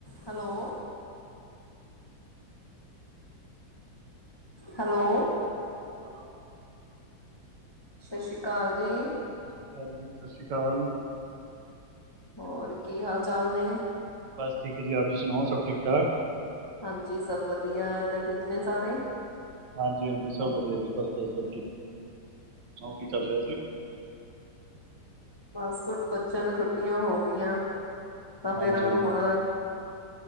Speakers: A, on the left; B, on the right.
A: Hello hello
B: ਹੈ
A: ਸਤਿ ਸ਼੍ਰੀ ਅਕਾਲ ਜੀ
B: ਸਤਿ ਸ੍ਰੀ ਅਕਾਲ ਜੀ ਸਤਿ ਸ਼੍ਰੀ ਅਕਾਲ
A: ਹੋਰ ਕੀ ਹਾਲ ਚਾਲ ਨੇ
B: ਬਸ ਠੀਕ ਹੈ ਜੀ ਆਪ ਜੀ ਸੁਣਾਓ ਸਭ ਠੀਕ ਠਾਕ
A: ਹਾਂਜੀ ਸਭ ਵਧੀਆ ਇਏਧਰ ਠੀਕ ਨੇ ਸਾਰੇ
B: ਹਾਂਜੀ ਹਾਂਜੀ ਸਭ ਵਧੀਆ ਜੀ ਹਾਂ ਸਣਾ ਕੀ ਚੱਲ ਰਿਹਾ ਸੀ
A: ਬਸ ਹੁਣ ਬੱਚਿਆਂ ਨੂੰ ਛੁੱਟੀਆਂ ਹੋ ਗਈਆਂ ਤਾਂ
B: ਹਾਂਜੀ
A: ਫਿਰ
B: ਹਾਂਜੀ
A: ਹੁਣ
B: ਹਾਂਜੀ